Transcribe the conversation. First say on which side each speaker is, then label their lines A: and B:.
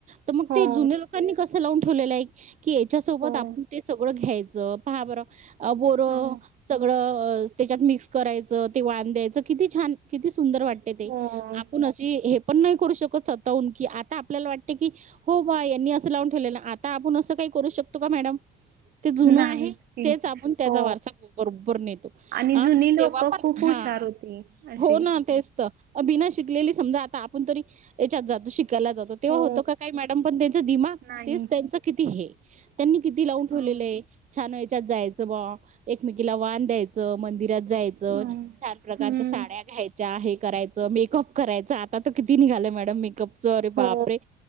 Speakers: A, on the right (about 45°); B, on the right (about 65°).
A: तर मग
B: हो
A: ते जुन्या लोकांनी कसं लावून ठेवलेलं आहे? की यांच्यासोबत
B: हो
A: आपण ते सगळं घ्यायचं पहा बरं बोर,
B: हो
A: सगळं त्याच्यात मिक्स करायचं ते वान द्यायचं किती छान किती सुंदर वाटतं. ते, ते,
B: हो
A: आ पण अशी हे पण नाही करू शकत स्वतःहून की आता आपल्याला वाटते की हो बा यांनी लावून ठेवले, आता आपण असं काही करू शकतो का मॅडम? ते जुनं
B: नाहीच
A: आहे
B: की
A: तेच आपण त्याचा
B: हो
A: वारसा बरोबर नेतो
B: आणि
A: अ
B: जुनी लोक
A: तेव्हा पण
B: खूप हुशार
A: हा
B: होती अशी
A: हो ना तेच तर बिना शिकलेली समजा आता आपण तरी याच्यात जातो शिकायला जातो. तेव्हा
B: हो
A: होतो का काय मॅडम पण त्यांच दिमाग
B: नाही
A: तेच त्यांच किती हे त्यांनी किती लावून ठेवलेलं
B: ह
A: आहे छान याच्यात जायचं बा एकमेकीला वान द्यायचं मंदिरात जायचं
B: हम्म
A: छान प्रकारच्या
B: हम्म
A: साड्या घ्यायच्या आहे कराय मेकअप करायचं आता तर किती निघालंय मॅडम मेकअप चोरे बापरे
B: हो